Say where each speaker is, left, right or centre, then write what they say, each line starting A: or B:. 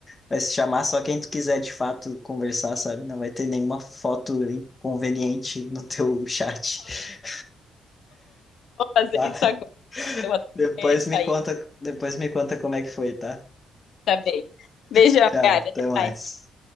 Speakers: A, on the left; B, on the left.
A: Vai se chamar só quem tu quiser de fato conversar, sabe? Não vai ter nenhuma foto inconveniente no teu chat,
B: fazer
A: tá?
B: isso agora. Eu vou até
A: Depois
B: sair,
A: me conta, depois me conta como é que foi, tá?
B: tá bem. Beijão,
A: Tchau,
B: Gabi,
A: até
B: até
A: mais.
B: mais.